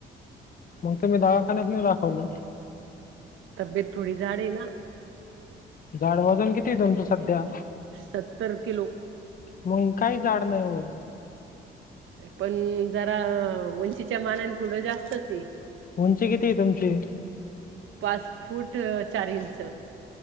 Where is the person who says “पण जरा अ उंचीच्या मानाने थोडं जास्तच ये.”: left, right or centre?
Right